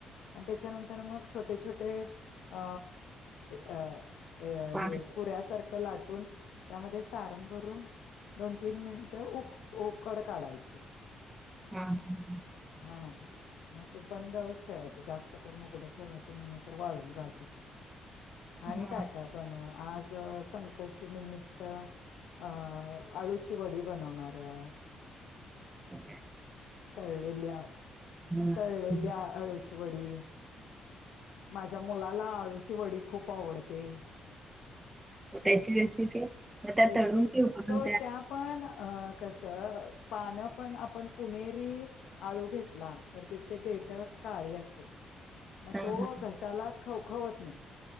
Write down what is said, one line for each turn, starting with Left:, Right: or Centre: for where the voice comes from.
Left: आणि त्याच्यानंतर मग छोटे छोटे अ अ अ
Right: पाणी
Left: हे पुऱ्यासारखं लाटून त्यामध्ये सारण भरून दोन तीन मिनिटे उ उओकड काढायची
Right: हम ह
Left: छान होत मग ते बंदच ठेवायच जास्त करून उघड ठेवायचं नाही नाही तर वाळून जात आणि
Right: हा
Left: काय काय पण आज संकष्टीनमित्त अ आळूची वडी बनवणार आहे
Right: हो
Left: तळलेली आ
Right: हम्म.
Left: तलेलेली आ अळूचपडी माझ्या मुलाला आळूची वडी खूप आवडते
Right: हो त्याची रेसिपी मग त्या
Left: त्याची
Right: तळून कि उकडून
Left: त त्या पण अ कसं पानं पण आपण पुणेरी आळू घेतला तर त्याचे देठ काळी असतात मग
Right: हा
Left: तो
Right: हा
Left: घशाला खवखवत नाही